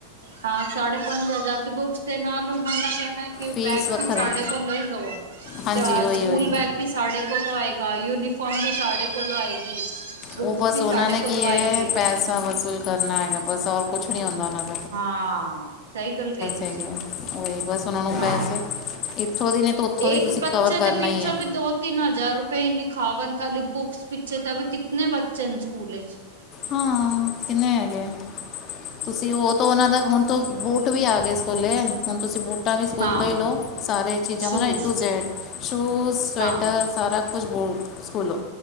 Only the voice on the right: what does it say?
ਹਾਂ ਸਾਢੇ ਪੰਜ ਹਜ਼ਾਰ ਦੇ ਬੁੱਕਸ ਦੇ ਨਾਲ ਓਹਨਾ ਦਾ, ਕਿ
ਬੈਗ
ਵੀ ਸਾਡੇ ਕੋਲੋਂ ਹੀ ਲਓ,
ਤਾਂ
ਸਕੂਲ
ਬੈਗ ਵੀ ਸਾਡੇ ਕੋਲ ਆਏਗਾ। ਯੂਨੀਫਾਰਮ ਵੀ ਸਾਡੇ ਕੋਲੋਂ ਆਏਗੀ। ਬੁੱਕਸ
ਵੀ
ਸਾਡੇ
ਕੋਲੋਂ
ਆਏਂਗੇ
ਹਾਂ ਸਹੀ ਗੱਲ, ਕਹੀ ਤੁਸੀਂ
ਹਾਂ
ਇੱਕ
ਬੱਚੇ
ਦੇ ਪਿੱਛੋਂ
ਵੀ ਦੋ-ਤਿੰਨ ਹਜ਼ਾਰ ਰੁਪਏ ਨੀ ਖਾਵਨ, ਖੀ ਬੁੱਕਸ ਪਿੱਛੇ ਤਾਂ ਵੀ ਕਿੰਨੇ ਬੱਚੇ ਨੇ ਸਕੂਲ ਚ?
ਹਾਂ,
ਸ਼ੂਜ਼
ਹਾਂ